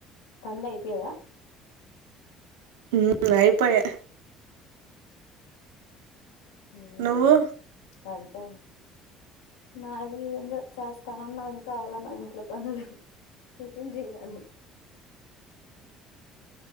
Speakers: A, on the left; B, on the right.
A: పనులు అయిపోయాయా
B: హ్మ్మ్ అయిపోయాయి
A: హ్మ్మ్
B: నువ్వు
A: సరిపోయింది నాది ఏందుో చేస్తామన్నా ఇంకా అవల మా ఇంట్లో పనులు టిఫిన్ చేయాలి